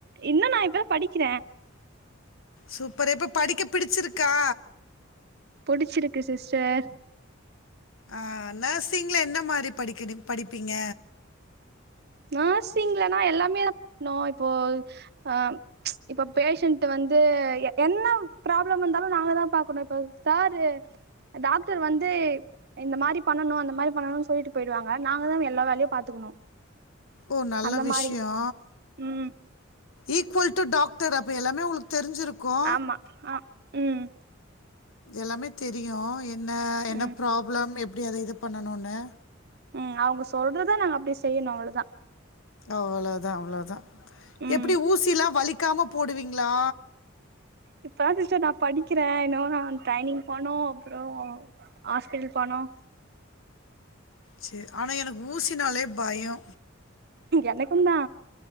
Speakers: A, on the right; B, on the left.
A: இன்னு நா இப்பதா படிக்கிறே
B: சூப்பர்ரு இப்ப படிக்க பிடிச்சிருக்கா
A: புடிச்சிருக்கு சிஸ்டர்
B: ஆ நர்ஸிங்ல என்ன மாரி படிக்கனு படிப்பீங்க
A: நர்சிங்லனா எல்லாமே தா பண்ணோ இப்போ ஆ இப்ப பேஷண்ட் வந்து என்ன ப்ராப்ளம் இருந்தாலு நாங்க தா பாக்கணு இப்ப சாரு டாக்டர் வந்து இந்த மாரி பண்ணணு அந்த மாரி பண்ணணு சொல்லிட்டு போயிடுவாங்க நாங்க தா எல்லா வேலையு பாத்துக்கணு
B: ஒ நல்ல
A: அந்த
B: விஷயோ
A: மாரி ம்
B: ஈக்குவல் டு டாக்டர் அப்ப எல்லாமே உங்களுக்கு தெரிஞ்சிருக்கோ
A: ஆமா ஆ ம்
B: எல்லாமே தெரியு என்ன என்ன
A: ம்
B: ப்ராப்ளம் எப்டி அத இது பண்ணணும்னு
A: ம் அவுங்க சொல்றதா நாங்க அப்டியே செய்யணு அவ்ளோதா
B: அவ்ளோதா அவ்ளோதா
A: ம்
B: எப்டி ஊசிலா வலிக்காம போடுவீங்களா
A: இப்ப தா சிஸ்டர் நா படிக்கிறே இன்னு நா ட்ரைனிங் போனு அப்றோ ஹாஸ்பிட்டல் பணோ
B: சேரி ஆனா எனக்கு ஊசினாலே பயோ
A: எனக்குந்தா